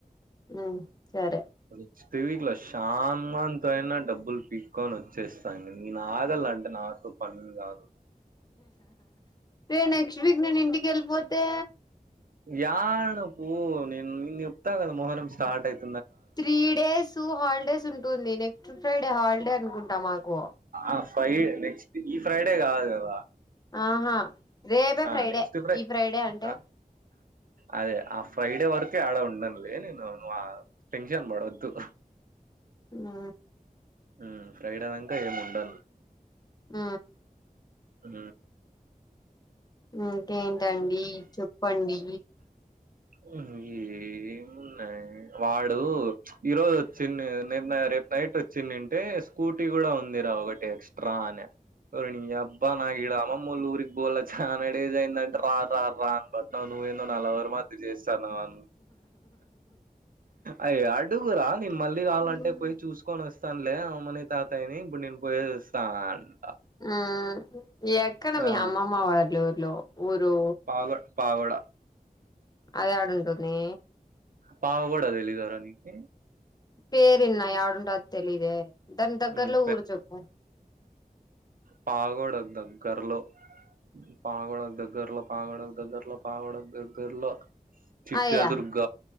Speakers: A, on the left; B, on the right.
A: ఆ సరే
B: పడిచ్ పివీ లో షాగాంత అయినా డబ్బులు పీక్కొని వచ్చేస్తా నే నాగలి అంటే నాతో పని అంగాదు
A: రే నెక్స్ట్ వీక్ నేను ఇంటికి వెళ్ళిపోతే
B: యాడ పో నేన్ చెప్తగద మొహరం స్టార్ట్ ఐతే
A: త్రీ డేసు హాలిడేస్ ఉంటుంది నెక్స్ట్ ఫ్రైడే హాలిడే అనుకుంటా మాకు
B: ఆ ఫ్రై నెక్స్ట్ ఈ ఫ్రైడే కాదు కదా
A: ఆహా రేపే
B: ఆ
A: ఫ్రైడే
B: నెక్స్ట్ ఫ్రై
A: ఈ ఫ్రైడే అంటే
B: ఆ, అదే ఆ ఫ్రైడే వరకే ఆడ ఉండన్లే నేను నువ్ ఆ టెన్షన్ పడొద్దు
A: నా
B: ఉమ్ ఫ్రైడే దాంక ఏమ్ ఉండన్
A: ఆ
B: ఆ
A: ఇంకేంటండి చెప్పండీ
B: ఉ ఏమున్నాది వాడు ఈ రోజు వచ్చింది నిన్న రేపు నైట్ వచ్చిందింటే స్కూటీ కూడా ఉందిరా ఒకటి ఎక్సట్రా ట్రా అనే ఒరే నీ అబ్బా నాకిడా అమ్మమ్మమ్మోల్ల ఊరికి పోల చాలాడేస్ అయింద అంటే రా రా రా అనిబట్ నిన్న నా లవరు మాధ్య చేస్తాను వాన్ను అయ్య అడుగురా నేను మళ్ళీ కావాలంటే
A: ఉమ్
B: పోయి చూసుకొని వస్తానులే అమ్మమ్మ తాతయ్య ని ఇప్పుడు నేను పోయే వస్తా అంట
A: అ ఎక్కడ మీ
B: ఆ
A: అమ్మమ్మ వల్లూర్లో ఊరు
B: పాగడ్ పావడ
A: అది యాడుంటుంది
B: పావు కూడా తెలీదరా నీకి
A: పేరిన్నా యాడుంటదో తెలిదే దాని దగ్గర్లో
B: ఉమ్,
A: ఊరు చెప్పు
B: పావ్గోడ దగ్గర్లో పాగడ దగ్గర్లో పాగడ దగ్గర్లో పాగడ దగ్గర్లో చిత్రదుర్గ
A: అయ్యా